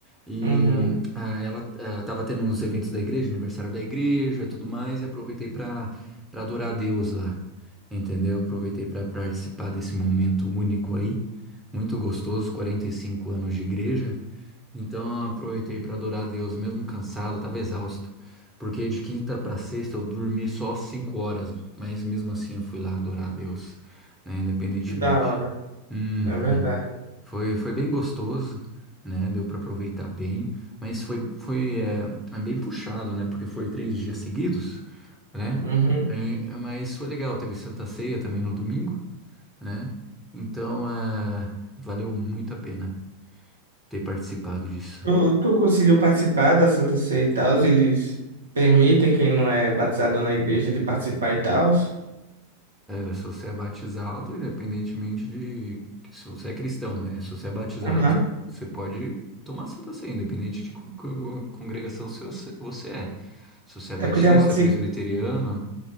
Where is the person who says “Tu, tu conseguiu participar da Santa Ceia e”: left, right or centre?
Right